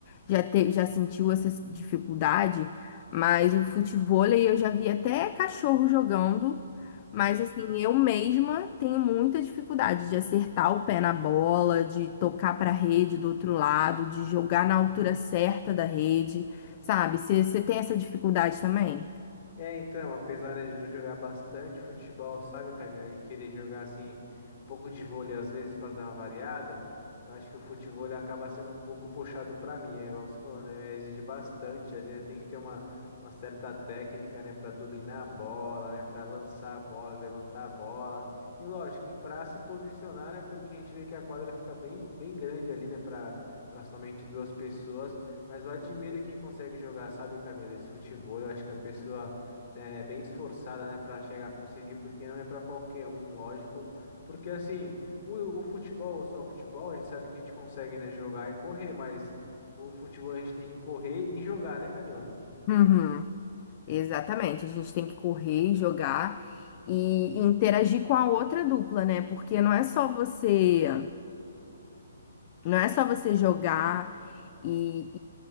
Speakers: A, on the left; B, on the left.
A: já, te, já sentiu essa dificuldade, mas o futevôlei eu já vi até cachorro jogando. Mas, assim, eu mesma tenho muita dificuldade de acertar o pé na bola, de tocar para a rede do outro lado, de jogar na altura certa da rede. Sabe? Você tem essa dificuldade também?
B: É, então, apesar, né, de eu jogar bastante futebol, sabe, Camila, e querer jogar assim um pouco de vôlei às vezes para dar uma variada, eu acho que o futebol ele acaba sendo um pouco puxado para mim, é igual você falou, né, exige bastante ali, né, tem que ter uma, uma certa técnica, né, para dominar a bola, né, para lançar a bola, levantar a bola. E lógico que para se posicionar, né, porque a gente vê que a quadra fica bem bem grande ali, né, para para somente duas pessoas. Mas eu admiro quem consegue jogar, sabe, Camila, esse futebol. Eu acho que a pessoa é bem esforçada, né, para chegar a conseguir, porque não é para qualquer um, lógico. Porque assim, o, o futebol, só o futebol, a gente sabe que a gente consegue, né, jogar e correr, mas o futebol a gente tem que correr e jogar, né, Camila?
A: Uhum, exatamente. A gente tem que correr, jogar e interagir com a outra dupla, né? Porque não é só você. Não é só você jogar e,